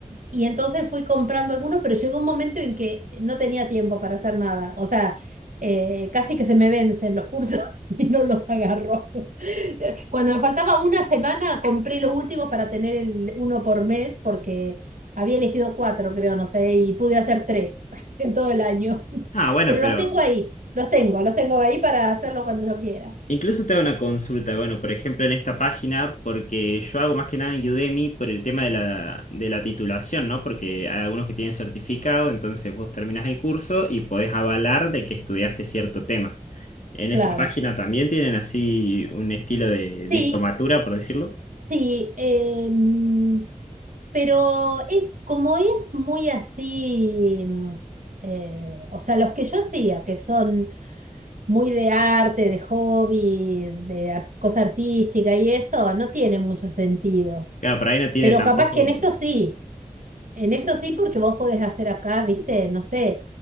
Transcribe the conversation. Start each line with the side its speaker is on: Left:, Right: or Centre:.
Right: y entonces fui comprando algunos, pero llegó un momento en que no tenía tiempo para hacer nada. O sea, eh, casi que se me vencen los cursos <laughs> y no los agarro. <laughs> Cuando me faltaba una semana, compré los últimos para tener el uno por mes, porque había elegido cuatro, creo, no sé, y pude hacer tres <laughs> en todo el año. <laughs>
Left: Ah, bueno,
Right: Pero
Left: pero
Right: los tengo ahí, los tengo, los tengo ahí para hacerlo cuando yo quiera.
Left: Incluso te hago una consulta, bueno, por ejemplo, en esta página, porque yo hago más que nada en Udemy por el tema de la, de la titulación, ¿no? Porque hay algunos que tienen certificado, entonces vos terminás el curso y podés avalar de que estudiaste cierto tema. En esta
Right: Claro.
Left: página también tienen así un estilo de diplomatura,
Right: Sí.
Left: por decirlo.
Right: Sí, em, pero es como es muy así, mm, eh, o sea, los que yo hacía, que son muy de arte, de hobby, de ar- cosa artística y eso, no tiene mucho sentido.
Left: Claro, por ahí no tiene
Right: Pero
Left: tampoco,
Right: capaz que en esto sí, en esto sí, porque vos podés hacer acá, viste, no sé,